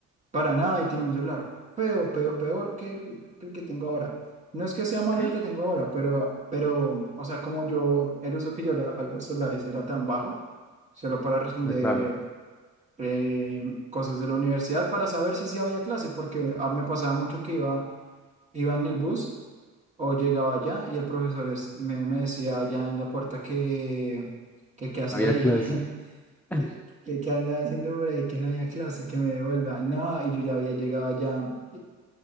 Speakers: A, on the right; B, in the centre.
A: para nada, y tenía un celular feo, peor, peor que el, que el que tengo ahora. No es que sea malo
B: <laughs>
A: el que tengo ahora, pero, pero, o sea, como yo, el uso que yo le daba a los celulares era tan bajo, solo para responder
B: Ah, claro,
A: eh, cosas de la universidad para saber si sí había clase, porque a mí me pasaba mucho que iba, iba en el bus o llegaba allá y el profesor es- me, me decía allá en la puerta que, que, qué hacía
B: había
A: ahí,
B: clase.
A: <laughs>
B: <laughs> Uy,
A: que, que, que andaba haciendo por ahí, que no había clase, que me devuelva. No, y yo ya había llegado allá. Y-